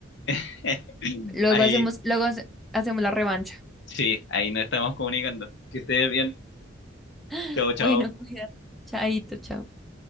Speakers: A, on the left; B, in the centre.
A: <laughs>
B: Luego
A: Ahí,
B: <laughs> hacemos, luego hace- hacemos la revancha.
A: sí, ahí nos estamos comunicando. Que estés bien.
B: <laughs>
A: Chao,
B: Bueno,
A: chao.
B: cuida. Chaito, chao.